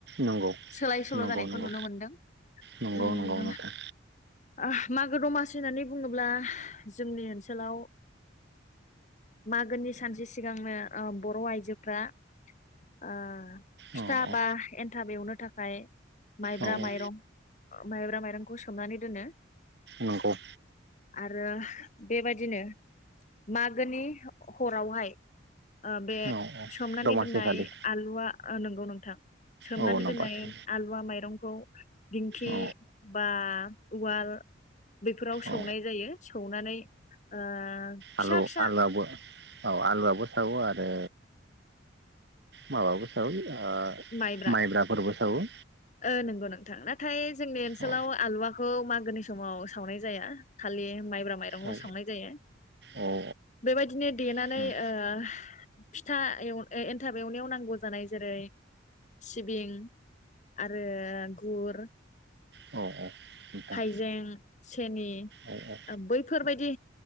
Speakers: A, on the right (about 55°); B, on the left (about 40°).
A: नंगौ
B: सोलाय सोल'
A: नंगौ
B: जानायखौ
A: नंगौ
B: नुनो मोनदों
A: नंगौ
B: ओम
A: नंगौ नोंथां
B: ओह मागो दमास सि होननानै बुङोब्ला जोंनि ओनसोलाव मागोनि सानसे सिगांनो ओ बर' आइजोफ्रा ओ फिथा
A: औ औ
B: बा एन थाब एवनो थाखाय माइब्रा
A: औ औ
B: माइरं माइब्रा माइरंखौ सोमनानै दोनो।
A: नंगौ।
B: आरो बेबायदिनो मागोनि हरावहाय ओ बे
A: औ औ
B: सोमनानै
A: दमासि
B: दोननाय
A: खालि
B: आलुआ ओ नंगौ नों सोमनानै
A: औ नबाथो
B: दोननाय आलुवा माइरंखौ। दिंखि
A: औ
B: बा उवाल। बेफोराव सौनाय
A: औ
B: जायो सौनानै ओ-। फिसा
A: आलु-आलुआबो
B: फिसा
A: औ आलुआबो सौवो आरो। माबाबो सावो। ओ-माइब्राफोरबो।
B: माइब्रा
A: औ
B: ओ नोंगौ नोंथां नाथाय जोंनि ओनसोलाव
A: औ
B: आलुवाखौ मागो आव गोदोनि समाव सावनाय जाया खालि माइब्रा माइरंल'
A: औ
B: संनाय जायो
A: औ
B: बेबायदिनो देनानै
A: औ
B: ओ फिथा एव ओ एनथाब एवनायाव नांगौ जानाय जेरै- सिबिं, आरो गुर
A: औ औ नोंथां
B: हाइजें, सेनि
A: औ औ
B: ओ बैफोरबायदि